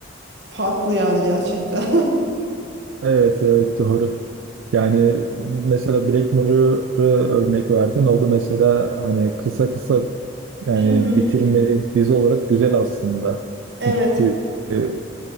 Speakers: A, on the right; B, on the right.
A: farklı yani gerçekten.
B: Evet evet doğru. Yani mesela Black Mirror'ı örnek verdin. O da mesela hani kısa kısa yani
A: <laughs>
B: bitirmelik
A: <clears throat>
B: dizi olarak güzel aslında. Çünkü
A: Evet,
B: e,